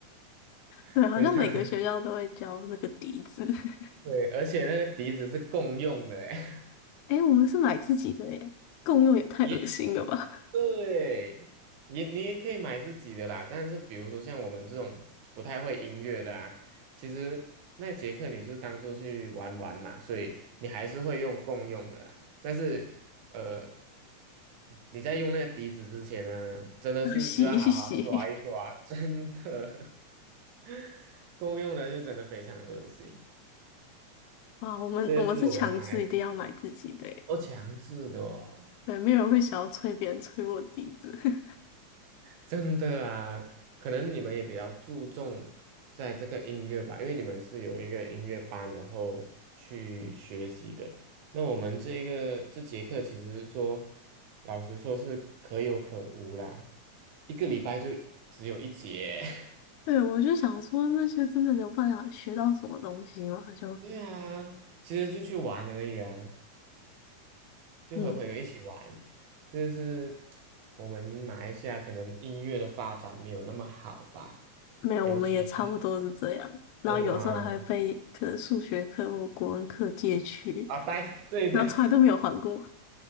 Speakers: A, on the right; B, on the left.
A: <laughs>
B: 对，好像每个学校都会教那个笛子。
A: 非常 <laughs>
B: <laughs>
A: 对，而且那个笛子是共用的欸，
B: 诶，我们是买自己的耶，共用也太恶心了吧，
A: <laughs> 也对，也你也可以买自己的啦，但是比如说像我们这种不太会音乐的啊，其实那节课你就当做去玩玩嘛，所以你还是会用共用的啦。但是呃，你在用那个笛子之前呢，真的是需要好好刷一刷，
B: <laughs> 要洗一洗。
A: 真的 <laughs> 共用的就真的非常恶心，
B: 哇，我们我们是强制一定要买自己的欸，
A: 这个是我买我强制的哦。
B: 对，没有人会想要催别人催我笛子。<laughs>
A: 真的啊，可能你们也比较注重在这个音乐吧，因为你们是有一个音乐班，然后去学习的。那我们这个这节课其实说，老实说是可有可无啦，一个礼拜就只有一节。<laughs>
B: 对，我就想说那些真的有办法学到什么东西吗？就
A: 对啊，其实就去玩而已啊，就和朋友一起玩。
B: 嗯，
A: 这是我们马来西亚可能音乐的发展没有那么好吧，
B: 没有，
A: 尤其是
B: 我们也差不多是这样。然后有时候还会被可能数学课或国文课借去，
A: 真的吗？啊，带，<laughs> 对对，
B: 然后从来都没有还过。